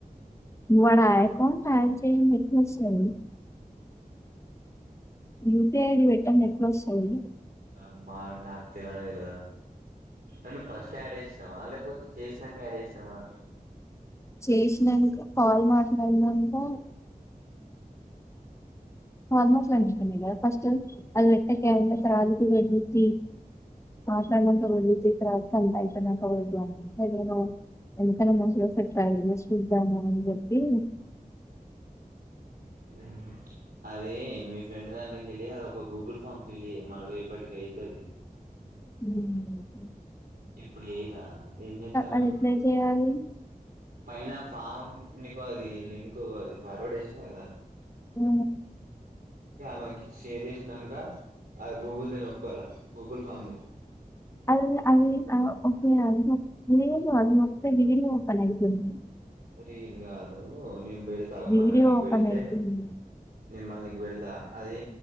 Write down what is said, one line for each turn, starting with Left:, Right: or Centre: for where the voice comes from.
Left: వడ అకౌంట్ హక్కబ్చేకుండా ఎట్ల వస్తది యుూపిఐడి పెట్టా నెట్స్ హలో
Right: అమ్మా నాత్రదిలు అ ఫస్ట్ యాడ్ చేసినావా లేకపోతే చేసినాక్యాడ చేసినావా
Left: చేసినంక కాల్ మాట్లాడినానుక అ మాట్లాడద ఫస్ట్ అది వెట్టకి అ త వెడ్లుత మాట్లాడ వెత త అంతాయిత అ అదే ఎందుక స ట్రావ స్ల్ జదిటి
Right: అ అదే మీ ఫ్రెండ్ దాంట్లోకి వెళ్ళి అది ఒక గూగుల్ ఫామ్ ఫిల్ అయ్య మన రేపటికి అయితుంది
Left: హ
Right: ఇప్పుడు ఏరా ఏంచేతనావ్
Left: అది
Right: ఇప్పుడు
Left: ఎట్లా చేయాలి
Right: పైనా ఫామ్ నీకు అది లింక్ అది ఫార్వర్డ్ చేసినా కదా
Left: మ్
Right: మకి షేర్ చేసినాంక అ గూగుల్ నొక్కాల గూగుల్ ఫామ్ ని
Left: అది అదిఫ దు అ వీడియో ఓపన్ అయితుంది మడి
Right: రియల్ కాదు నిమ్ బీడత ఆగ
Left: వీడియో
Right: మల్ళ నీ
Left: ఓపెన్
Right: బీడితే
Left: అయితుంది.
Right: నిమ్ మల్ న బీడత అది